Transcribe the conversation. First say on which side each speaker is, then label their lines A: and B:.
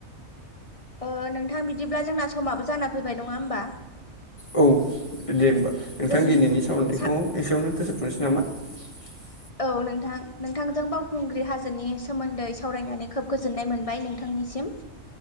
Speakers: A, on the left; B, on the left.
A: ओ नोंथां बिद दिब्ला जोंना समाबो जाना फैबाय नङा ओमबा
B: औ दे होमबा नोंथां
A: जोंनि
B: दिनैनि सावरायनायखौ
A: सा
B: <inaudible>
A: औ नोंथां नोंथांजों बावखुंग्रि हाजोनि सोमोन्दै सावरायनानै खोब गोजोननाय मोनबाय नोंथांनिसिम।